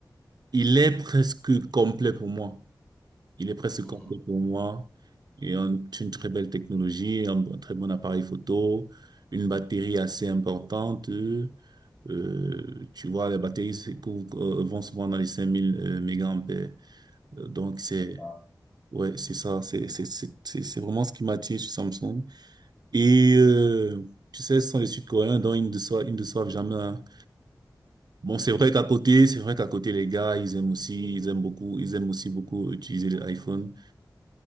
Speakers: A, on the right; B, on the left.
A: il est presque complet pour moi. Il est presque
B: Mhm.
A: complet pour moi. Et un- une très belle technologie, un, un très bon appareil photo, une batterie assez importante. Euh, euh, tu vois, les batteries c'est cou- euh, vont souvent dans les 5000 euh, mégaampères. Euh, Donc, c'est,
B: C'est ça.
A: ouais, c'est ça. C'est, c'est, c'est, c'est c'est vraiment ce qui m'attire sur Samsung. Et, euh, tu sais, ce sont les Sud-Coréens, dont ils ne doivent, ils ne doivent jamais. hein. Bon, c'est vrai qu'à côté, c'est vrai qu'à côté, les gars, ils aiment aussi, ils aiment beaucoup, ils aiment aussi beaucoup utiliser l'iPhone.